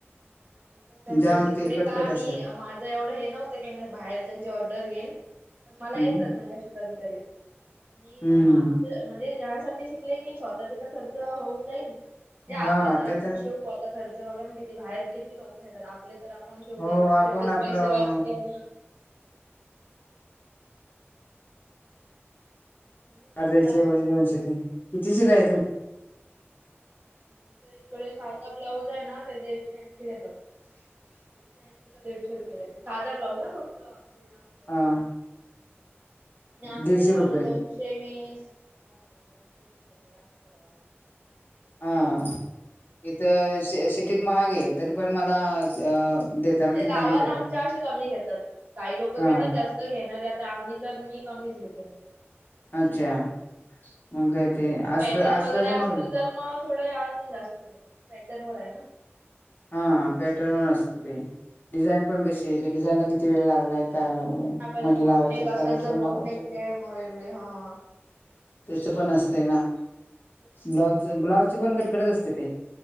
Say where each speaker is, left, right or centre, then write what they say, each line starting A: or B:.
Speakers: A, on the right; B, on the left.
A: अ मी कसं म्हणजे
B: जाम
A: शिकले.
B: ते कटकट
A: का
B: असं
A: मी माझं एवढं हे नव्हतं की मी बाहेर त्यांची ऑर्डर घेईन पण मला
B: हम्म
A: येतात म्हणजे अशी कधीतरी मी
B: हम्म
A: असं म्हणजे यासाठी शिकले की स्वतःचे तर खर्च होऊन जाईल आपले
B: हा
A: तर आपण
B: ते
A: शिऊ आता खर्च बघा ना किती बाहेर किती लोक घेतात आपले तर पण शिवले
B: हो आपण
A: तेवढेच
B: आपलं
A: पैसे वाचते ना म्हणून मी
B: अर्ध्याचे
A: ब्लाऊज
B: एवढ
A: लावले
B: दोनशे ते किती शिलाई आहे तुम
A: आम थोडे सधा ब्लाऊज आहे ना तेजे एकशे ऐंशी घेतात एकशे ऐंशी का दीडशे रुपये घेतात साधा ब्लाउज हां फक्त बिना आस्तरच
B: हा
A: आणि असतरवाला
B: दीडशे रुपये
A: दोनशे वीस हं दोनशे वीस काहीतरी असतवाला
B: हां इथ सिटीत महाग आहे. तरी पण मला अ देताना
A: म्हणजे
B: ते कमी
A: गावात
B: देतात.
A: आमच्या असे कमी घेतात काही लोक घेतात
B: हा
A: जास्त घेणारे आता आम्ही तर मी कमीच घेते म्हणजे
B: अच्छा मग ते असत
A: पॅटर्न
B: असतच
A: वगैरे असतील
B: मग
A: तर मग थोडे अजून जास्त घेतो पॅटर्न वर आहे ना.
B: हां पॅटर्न वर असतं ते डिझाईन पण कशी आहे ते डिझाईनला किती वेळ लागलाय काय लागलंय
A: तेच ना परत
B: मणी
A: बोटनेक
B: लावायचेत
A: असेल
B: का लटकन
A: तर बोटनेक
B: लावायचेत
A: ते मग वेगळे हा
B: त्याच पण असतय ना
A: तेच ना
B: ब्लाउज ब्लाउज <inaudible> असतय ते